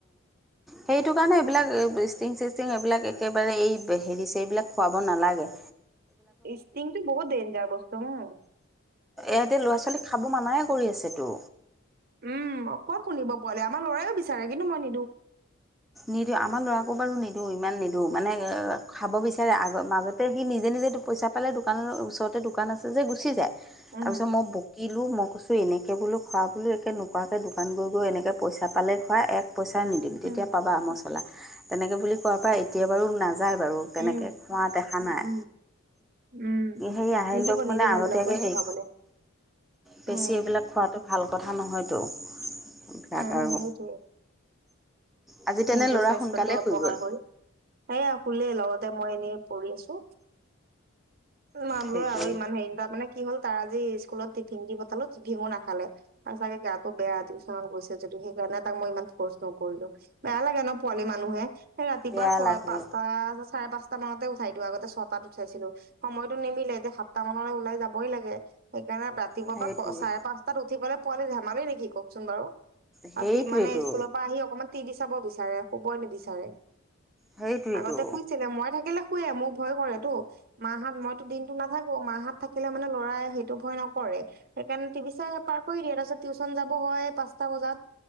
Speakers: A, on the right (about 45°); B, in the centre.
A: <inaudible>
B: সেইটো কাৰণে এইবিলাক ষ্ট্ৰিং চিষ্ট্ৰিং এইবিলাক একেবাৰে এই হেৰি চ এইবিলাক খুৱাব নালাগে।
A: ষ্টিংটো বহুত ডেনজাৰ বস্তু উম
B: এইতি ল'ৰা ছোৱালীক খাব মানাই কৰি আছেতো।
A: উম ক'ত শুনিব পোৱালে আমাৰ লৰাও বিচাৰে কিন্তু মই নিদওঁ
B: নিদিওঁ আমাৰ লৰাবোৰকো বাৰু নিদিওঁ ইমান নিদি মানে এ খাব বিচাৰে আগ মাজতে সি নিজে নিজ পইচা পালে দোকানৰ ওচৰতে দোকান আছে যে গুচি যায়
A: উম।
B: তাৰপিছত মই বকিলো মোক কৈছোঁ এনেকৈ বোলো খোৱা বোলো একে নোখোৱাকৈ দোকান গৈ গৈ এনেকৈ পইচা পালেই খোৱা এক পইচা নিদিম
A: উম
B: তেতিয়া পাবা মছলা, তেনেকে বুলি কোৱা পৰা এতিয়া বাৰু না যায় বাৰু তেনেকৈ
A: উম
B: খোৱা দেখা নাই
A: উম উম।
B: সেই আইও
A: নিদিব
B: দব মানে
A: নিদিব
B: আগতীয়াকে
A: এইবিলাক বস্তু
B: সেই
A: খাবলে
B: বেছি
A: উম
B: এইবিলাক খোৱাতো ভাল কথা নহয়তো বিৰাক
A: উম
B: আৰু
A: সেইটোয়ে
B: আজি তেনে
A: নিজৰ
B: ল'ৰা
A: স্বাস্থ্যতো
B: সোনকালে
A: অপকাৰ
B: শুই গ'ল
A: কৰি এইয়া খুলেই লগত মই এনেই পৰি আছো মা
B: সেইটোৱে
A: বোলৰ আৰু ইমান হেৰি তাৰ মানে কি হ'ল তাৰ আজি স্কুলত টিফিং দি পঠালো টিফিঙো নাখালে আৰু গাতটো বেয়া টিউশন গৈছে সেইকাৰণে তাক মই ইমান ফৰ্চ নকৰিলো বেয়া লাগে ন পোৱালি মানুহে এই ৰাতিপুৱা
B: বেয়া
A: ছয়
B: লাগে
A: পাঁচটা চাৰে পাঁচটা মানতে উঠাই দিওঁ আগতে ছটাত উঠাইছিলো সময়তো নিমিলে এতিয়া সাতটা মানলৈ ওলাই যাবই লাগে সেইকাৰণে ৰাতিপুৱা
B: সেইটোৱে
A: চাৰে পাঁচটাত উঠিবলৈ পোৱালি ধেমালি নেকি কওকচোন বাৰু
B: সেইটোৱেইটো
A: আৰু মানে স্কুলৰ পৰা আহি অকমান টতি বি চাব বিচাৰে শুব নিবিচাৰে
B: সেইটোৱেইটো
A: আগতে শুইছিলে মই থাকিলে শে মোক ভয় কৰে তটো মাহত মইতো দিনটো নাথাকো মাহত থাকিলে মানে ল'ৰাই সেইটো ভয় নকৰে সেইণে টিভি চাই পাৰ কৰি দিয়ে তাৰ পিছত টিউচন যাব হয় পাঁচটা বজাত